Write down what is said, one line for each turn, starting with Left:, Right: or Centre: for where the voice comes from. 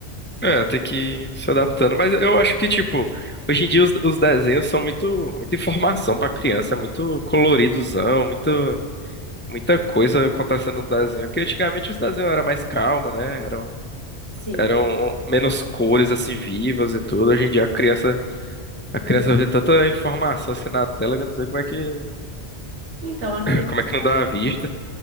Left: é, tem que ir se adaptando. Mas eu acho que, tipo, hoje em dia os, os desenhos são muito, muita informação pra criança, é muito coloridozão, muito, muita coisa acontecendo no desenho. Porque antigamente os desenhos eram mais calma, né? Eram,
Right: Sim.
Left: eram menos cores, assim, vivas e tudo. Hoje em dia a criança, a criança vê tanta informação assim na tela que eu não sei como é que, <clears throat>
Right: Então, a criança
Left: <laughs> como é que
Right: já,
Left: não dá a vista.